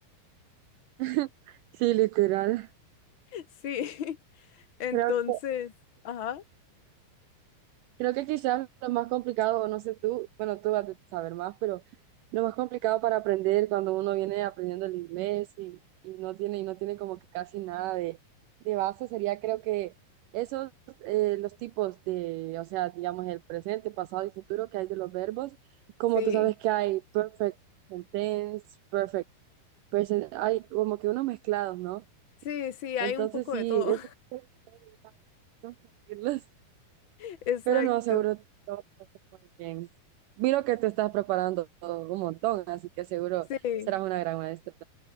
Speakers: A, on the right (about 80°); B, on the left (about 60°).
A: <laughs> sí, literal.
B: Sí, <laughs> entonces,
A: Creo que
B: ajá,
A: Creo que quizás lo más complicado, o no sé tú, bueno, tú vas a saber más, pero lo más complicado para aprender cuando uno viene aprendiendo el inglés y, y no tiene, y no tiene como que casi nada de, de base sería, creo que esos, eh, los tipos de, o sea, digamos, el presente, pasado y futuro que hay de los verbos, como
B: sí,
A: tú sabes que hay perfect tense, perfect present, hay como que unos mezclados, ¿no?
B: sí, sí,
A: Entonces
B: hay un poco
A: sí,
B: de todo.
A: es <laughs> confundirlos.
B: <laughs> Exacto,
A: Pero no, seguro todo va muy bien. Miro que te estás preparando un montón, así que seguro
B: sí,
A: serás una gran maestra.